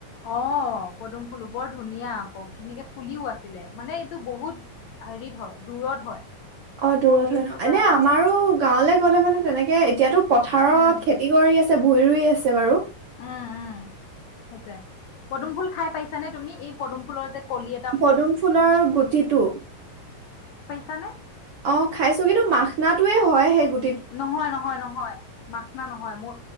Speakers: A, on the left (about 70°); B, on the right (about 60°).
A: অ' পদুম ফুলো বৰ ধুনীয়া আক ধুনীয়াকে ফুলিও আছিলে মানে এইটো বহুত হেৰিত হয় দূৰত হয়।
B: অ দূৰত
A: ত' সেইটো
B: হয় ন
A: কাৰণে
B: এনে আমাৰো গাঁৱলে গ'লে মানে তেনেকে এতিয়াতো। পথাৰত
A: উম
B: খেতি কৰি আছে ভূঁই ৰুই আছে বাৰু।
A: উম উম, সেইটোৱে পদুম ফুল খাই পাইছানে তুমি এই পদুম ফুলৰ যে কলি
B: পদুম ফুলৰ গুটিটো
A: এট
B: অ খাইছো কিন্তু মাখনা টোয়ে হয় সেই গু
A: নহয়, নহয়, নহয় মাখনা নহয় মই